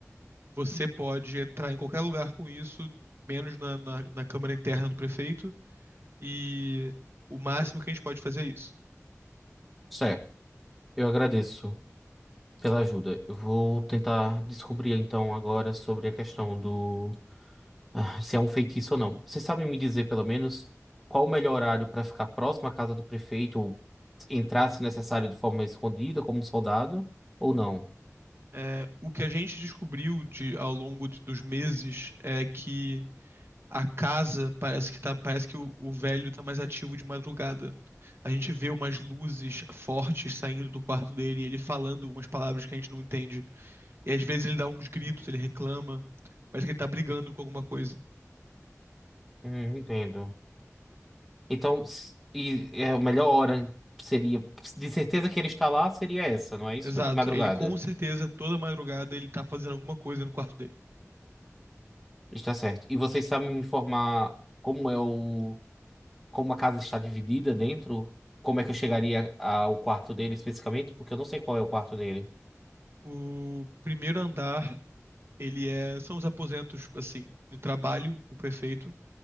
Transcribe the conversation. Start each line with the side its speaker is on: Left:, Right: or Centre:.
Right: Você pode entrar em qualquer lugar com isso, menos na, na, na câmara interna do prefeito, e o máximo que a gente pode fazer é isso.
Centre: certo. Eu agradeço pela ajuda. Eu vou tentar descobrir, então, agora sobre a questão do... ah, se é um feitiço ou não. Vocês sabem me dizer, pelo menos, qual o melhor horário para ficar próximo à casa do prefeito ou entrar, se necessário, de forma escondida, como um soldado, ou não?
Right: É, o que a gente descobriu de, ao longo de- dos meses é que a casa parece que tá, parece que o, o velho está mais ativo de madrugada. A gente vê umas luzes fortes saindo do quarto dele, e ele falando umas palavras que a gente não entende. E às vezes ele dá uns gritos, ele reclama, parece que ele tá brigando com alguma coisa.
Centre: Uhum, entendo. Então, s- e é a melhor hora seria, de certeza que ele está lá, seria essa, não é isso?
Right: Exato.
Centre: Madrugada.
Right: Ele com certeza, toda madrugada, ele tá fazendo alguma coisa no quarto dele.
Centre: Está certo. E vocês sabem me informar como é o, como a casa está dividida dentro? Como é que eu chegaria ao quarto dele especificamente? Porque eu não sei qual é o quarto dele.
Right: O primeiro andar, ele é. São os aposentos, assim, de trabalho do prefeito.